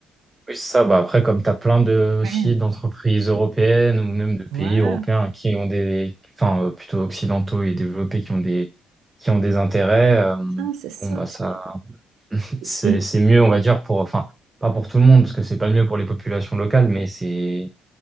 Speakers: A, on the right; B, on the right.
A: Oui, c'est ça, bah après, comme tu as plein de, aussi
B: Ouais.
A: d'entreprises européennes ou même de
B: Voilà.
A: pays européens qui ont des, enfin, euh, plutôt occidentaux et développés qui ont des, qui ont des intérêts, euh,
B: Non, c'est ça,
A: bon, bah, ça,
B: c'est
A: c'est
B: ça.
A: c'est mieux, on va dire, pour, enfin, pas pour tout le monde, parce que c'est pas mieux pour les populations locales, mais c'est,